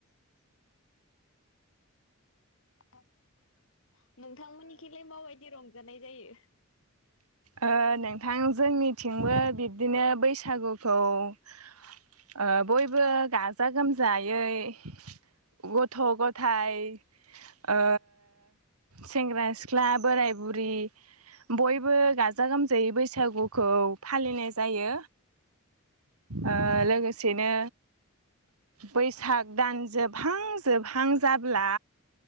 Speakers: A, on the left; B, on the right.
A: <unintelligible> नोंथांमोननिखैलाय माबायदि रं जानाय जायो
B: ओ नोंथां जोंनिथिंबो बिब्दिनो बैसागुखौ ओ बयबो गाजा गोमजायै गथ' गथाय ओ सेंग्रा सिख्ला बोराय बुरि बयबो गाजा गोमजायै बैसागुखौ फालिनाय जायो ओ
A: औ
B: लोगोसेनो बैसाग दान जोबहां जोबहां जाब्ला